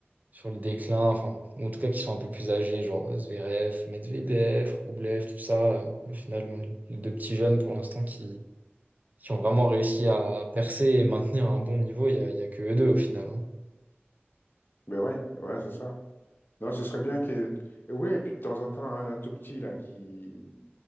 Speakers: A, on the right (about 40°); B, on the left (about 55°).
A: sur le déclin, enfin, ou en tout cas, qui sont un peu plus âgés, genre euh, Zverev, Medvedev, Roublev, tout ça. euh, au final, bon, les deux petits jeunes pour l'instant qui qui ont vraiment réussi à percer et maintenir un bon niveau, il y a, il y a que eux deux au final. hein.
B: Ben ouais, voilà c'est ça. Non, ce serait bien qu'il y ait... Et ouais, et puis de temps en temps, un, un tout petit, là, qui,